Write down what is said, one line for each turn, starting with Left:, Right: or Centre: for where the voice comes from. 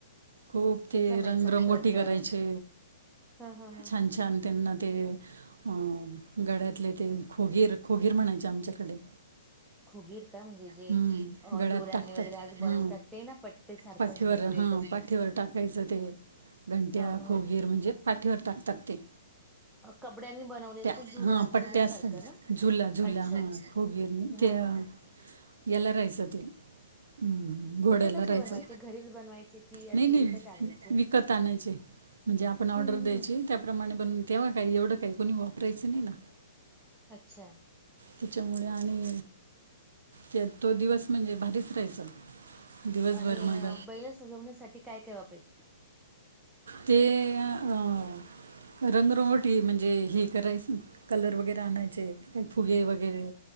Right: खूप
Centre: त्यांचा
Right: ते
Centre: मेकअप
Right: रंगरंगोटी
Centre: करणं
Right: करायचे
Centre: ह ह ह
Right: छान छान. त्यांना ते अ. गळ्यातले ते खोगीर खोगीर म्हणायचे आमच्याकडे.
Centre: खुगीर का म्हणजे जे
Right: हम्म
Centre: अ
Right: गळ्यात
Centre: दोऱ्यांनी
Right: टाकतात
Centre: वगैरे आज
Right: ह
Centre: बनवतात ते ना पट्टे सारखं
Right: पाठीवर
Centre: म्हणजे बेल्ट
Right: हा
Centre: असतात
Right: पाठ''--'' वर टाकायचं ते घंट्या
Centre: ह ह
Right: खोगीर
Centre: ह
Right: म्हणजे पाठीवर टाकतात ते.
Centre: अ कपड्यांनी बनवलेली ते.
Right: हा
Centre: झुला झुलासारखं
Right: पट्ट्या असतात
Centre: ना
Right: झुला झुला
Centre: अच्छा
Right: हा होबीर मी
Centre: हा
Right: ते अ.
Centre: हा हा
Right: याला राहायचा ते हम्म. घोड्याला
Centre: मग ते कसे
Right: राहायचं
Centre: बनवायचे घरीच बनवायचे की
Right: नाही
Centre: असे
Right: नाही
Centre: विकत आणायचे
Right: विकत आणायचे. म्हणजे आपण ऑर्डर
Centre: हम्म हम्म
Right: द्यायची त्याप्रमाणे पण तेव्हा काय एवढं काय कोणी वापरायचं नाही ना.
Centre: अच्छा.
Right: त्याच्यामुळे आणि. त्या तो दिवस म्हणजे भारीच राहायचा. दिवसभर
Centre: आणि
Right: मग
Centre: बैला सजवण्यासाठी काय काय वापरायचे.
Right: ते अ रंगरंगटी म्हणजे हे करायच. कलर वगैरे आणायचे ते फुगे वगैरे.